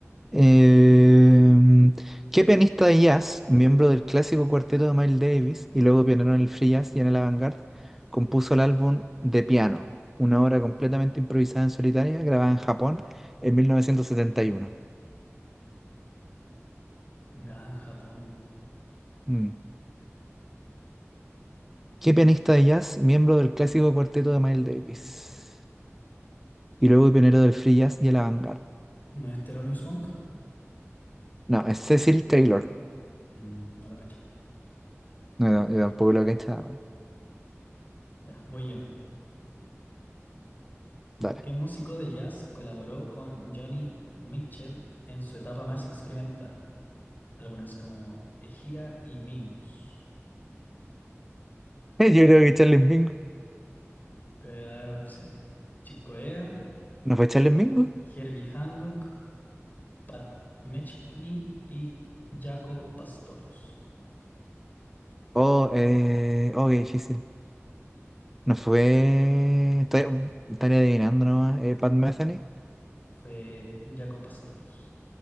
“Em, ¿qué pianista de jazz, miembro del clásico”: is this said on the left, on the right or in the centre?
Centre